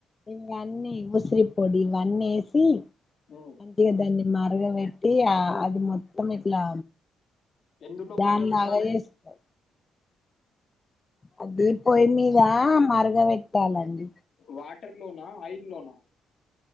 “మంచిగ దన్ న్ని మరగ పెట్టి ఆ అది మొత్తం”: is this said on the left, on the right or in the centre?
Left